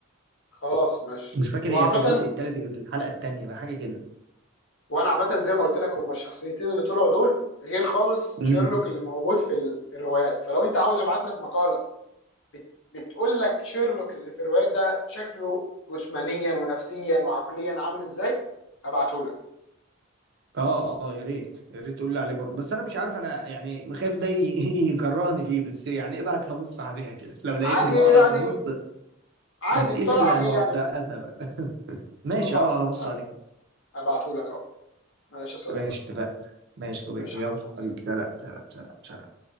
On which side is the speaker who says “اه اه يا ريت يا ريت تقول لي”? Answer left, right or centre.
Right